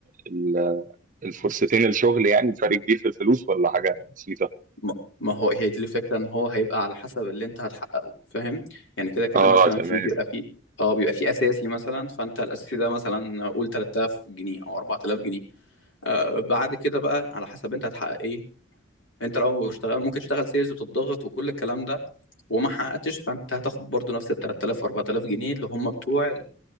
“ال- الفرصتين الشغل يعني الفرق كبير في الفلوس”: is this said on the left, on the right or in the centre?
Right